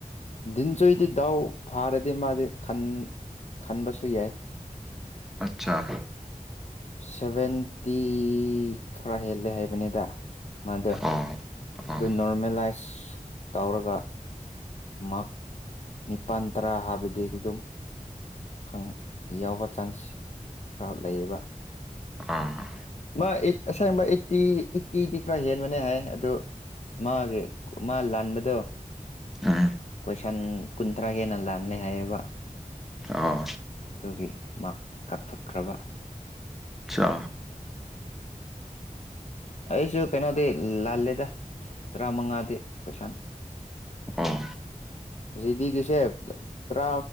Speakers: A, on the left; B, in the centre.
A: ꯗꯤꯟꯆꯣꯏꯗꯤ ꯗꯥꯎ ꯐꯥꯔꯗꯤ ꯃꯥꯗꯤ ꯈꯟ ꯈꯟꯕꯁꯨ ꯌꯥꯏ
B: ꯑꯆꯥꯥ
A: ꯁꯚꯦꯟꯇꯤ ꯈꯔ ꯍꯦꯜꯂꯦ ꯍꯥꯏꯕꯅꯤꯗ ꯃꯥꯗ
B: ꯑꯣ ꯑꯣ
A: ꯑꯗꯨ ꯅꯣꯔꯃꯦꯂꯥꯏꯁ ꯇꯧꯔꯒ ꯃꯥꯛ ꯅꯤꯄꯥꯟꯇ꯭ꯔꯥ ꯍꯥꯏꯕꯗꯤ ꯑꯗꯨꯝ ꯐꯪ ꯌꯥꯎꯕ ꯆꯥꯟꯁ ꯈꯔ ꯂꯩꯌꯦꯕ
B: ꯎꯝ
A: ꯑꯩꯠ ꯑꯁꯦꯡꯕ ꯑꯩꯠꯇꯤ ꯑꯩꯠꯇꯤꯗꯤ ꯈꯔ ꯍꯦꯟꯕꯅꯦ ꯍꯥꯏ ꯑꯗꯨ ꯃꯥꯒꯤ ꯃꯥ ꯂꯥꯟꯕꯗꯣ
B: ꯑꯝ
A: ꯀꯣꯏꯁꯟ ꯀꯨꯟꯊ꯭ꯔꯥ ꯍꯦꯟꯅ ꯂꯥꯜꯂꯦ ꯍꯥꯏꯌꯦꯕ
B: ꯑꯣ
A: ꯑꯗꯨꯒꯤ ꯃꯥꯛ ꯀꯛꯊꯠꯈ꯭ꯔꯕ
B: ꯆꯥ
A: ꯑꯩꯁꯨ ꯀꯩꯅꯣꯗꯤ ꯂꯥꯜꯂꯦꯗ ꯇꯔꯥꯃꯉꯥꯗꯤ ꯀꯣꯏꯁꯥꯟ
B: ꯑꯝ
A: ꯖꯤꯗꯤꯒꯤꯁꯦ ꯇꯔꯥ